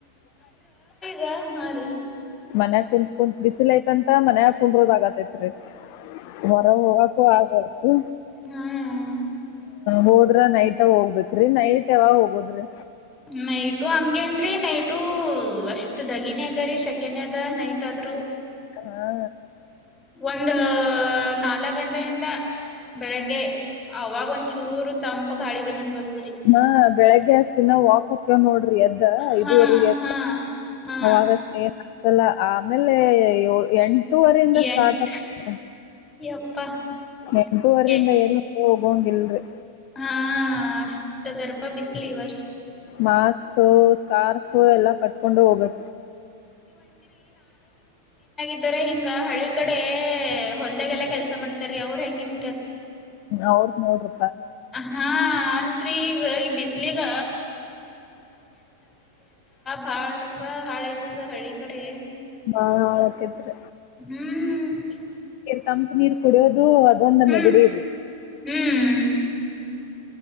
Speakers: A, on the left; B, on the left.
A: ಯ ಮರೀ.
B: ಮನ್ಯಗ್ ಕುಂತ್ ಕುಂತ್ ಬಿಸಿಲೈತಂತ ಮನ್ಯಗ್ ಕುಂದ್ರದ್ ಆಗತೈತಿ. ಹೊರಗೂಗಕು ಆಗವಲ್ದು.
A: ಹ್ಮ್
B: ಹೋದ್ರ ನೈಟ ಹೋಗ್ಬೇಕ್ರಿ ನೈಟ್ ಯಾವಾಗ್ ಹೋಗೋದ್ರಿ.
A: ನೈಟು ಹಂಗೇನ್ರಿ ನೈಟು ಅಷ್ಟ್ ದಗಿನೆ ಅದರೀ ಶಕ್. ಕಿನೆದ ನೈಟ್ ಆದ್ರು.
B: ಹಾ
A: ಒಂದು ನಾಲ್ಕ್ ಗಂಟೆಯಿಂದ ಬೆಳಿಗ್ಗೆ ಅವಾಗೊಂಚೂರು. ತಂಪ್ ಗಾಳ ಬಂದಂಗ್ ಬಾರ್.
B: ಹ ಬೆಳಿಗ್ಗೆ ಅಷ್ಟಿನ ವಾಕ್ ಹೊಕ್ಕಿವ್ ನೋಡ್ರಿ ಎದ್ದ
A: ಹಾ
B: ಐದುವರೆ ಎದ್ದ.
A: ಹಾ ಹಾ
B: ಅವಾಗಷ್ಟೇನ್ ಏನ್ಸಲ್ಲ ಆಮೇಲೆ ಯೋಳ್ ಎಂಟ್. ಎಂಟು ವರಿಂದ ಸ್ಟಾರ್ಟ್ಕತ್ರಿ
A: ಎಂಟ್ ಯಪ್ಪಾ
B: ಎಂಟು ವರಿಂದ
A: ಏ
B: ಎಲ್ಲೂ. ಹೋಗಂಗಿಲ್ರಿ.
A: ಹಾ ಅಷ್ಟದಾರಪ ಬಿಸ್ಲಿ ಈ ವರ್ಷ.
B: ಮಾಸ್ಕ್ ಸ್ಕಾರ್ಫ್ ಎಲ್ಲ ಕಟ್ಕೊಂಡೆ ಹೋಗ್ಬಕ್.
A: ಇಲ್ಲರೆ ಹಿಂಗ ಹಳ್ಳಿ ಕಡೆ ಹೊಲ್ದಾಗೆಲ್ಲ ಕೆಲಸ ಮಾಡ್ತಾರೀ ಅವ್ರ ಹೆಂಗಿರ್.
B: ಅವ್ರ್ದ್ ನೋಡ್ರಿ.
A: ಹಾ ಅಂತ್ರಿ ಈಗ ಈ ಬಿಸ್ಲಿಗ ಬಾಳ್ರಪ ಹಾಳೈತದ ಹಳ್ಳಿ ಕಡೆ.
B: ಹ ಹಕೇತ್ರಿ
A: ಹ್ಮ್.
B: ತಂಪ್ ನೀರ್ ಕುಡಿಯೋದು ಅದೊಂದು
A: ಹ್ಮ್
B: ನೆಗಡಿ ರೀ.
A: ಹ್ಮ್